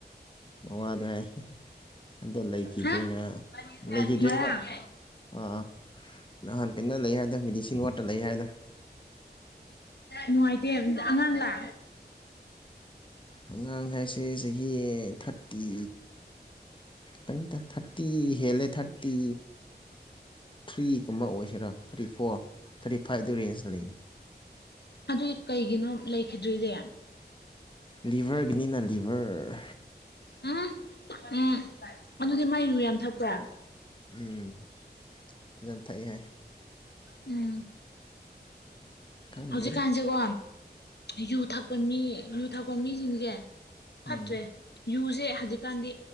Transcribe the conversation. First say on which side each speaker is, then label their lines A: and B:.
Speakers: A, on the left (about 30°); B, on the left (about 75°).
A: ꯃꯋꯥꯗꯣ ꯍꯥꯏ ꯑꯗꯣ ꯂꯩꯈꯤꯗ꯭ꯔꯦ
B: <unintelligible>
A: ꯉꯔꯥꯡ ꯂꯩꯈꯤꯗ꯭ꯔꯦꯕ
B: ꯉꯔꯥꯡ
A: ꯑꯥ ꯅꯍꯥꯟ ꯀꯩꯅꯣ ꯂꯩ ꯍꯥꯏꯗ ꯃꯦꯗꯤꯁꯤꯟ ꯋꯥꯠꯇ ꯂꯩ ꯍꯥꯏꯗ
B: ꯅꯨꯡꯉꯥꯏꯇꯦ ꯑꯉꯥꯡꯂꯥ
A: ꯑꯉꯥꯡ ꯍꯥꯏꯁꯦ ꯆꯍꯤ ꯊꯥꯔꯇꯤ ꯀ ꯊꯥꯔꯇꯤ ꯍꯦꯂꯦ ꯊꯥꯔꯇꯤ ꯊ꯭ꯔꯤꯒ ꯑꯃ ꯑꯣꯏꯁꯤꯔꯥ ꯊꯥꯔꯇꯤ ꯐꯣꯔ ꯊꯥꯔꯇꯤ ꯐꯥꯏꯚꯗꯨ ꯔꯦꯟꯖ ꯂꯩꯅꯦ
B: ꯑꯗꯨꯗꯤ ꯀꯩꯒꯤꯅꯣ ꯂꯩꯈꯤꯗ꯭ꯔꯤꯗꯤ
A: ꯂꯤꯚꯔꯒꯤꯅꯤꯅ ꯂꯤꯚꯔ
B: ꯎꯝ ꯎꯝ ꯑꯗꯨꯗꯤ ꯃꯥꯏ ꯌꯨ ꯌꯥꯝ ꯊꯛꯄ꯭ꯔꯥ
A: ꯎꯝ ꯐꯖꯅ ꯊꯛꯑꯦ ꯍꯥꯏ
B: ꯎꯝ
A: ꯈꯪꯗ꯭ꯔꯦꯗ
B: ꯍꯧꯖꯤꯛꯀꯥꯟꯁꯦꯀꯣ ꯌꯨ ꯊꯛꯄ ꯃꯤ ꯌꯨ ꯊꯛꯄ ꯃꯤꯁꯤꯡꯁꯦ
A: ꯎꯝ
B: ꯐꯠꯇ꯭ꯔꯦ ꯌꯨꯁꯦ ꯍꯧꯖꯤꯛꯀꯥꯟꯗꯤ